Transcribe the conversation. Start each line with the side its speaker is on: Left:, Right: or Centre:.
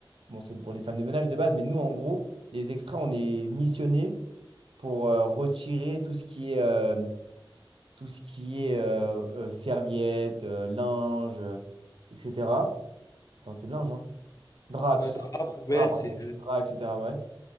Right: Bon, c'est pour les femmes de ménage de base, mais nous, en gros, les extras, on est missionnés pour euh, retirer tout ce qui est. euh, tout ce qui est euh, euh, serviettes, euh, linge, euh, etc. Attends, c'est le linge, hein? draps,
Left: Ouais,
Right: tout ça.
Left: drap, poubelle,
Right: Draps, pardon.
Left: c'est. euh,
Right: Draps, etc. Ouais.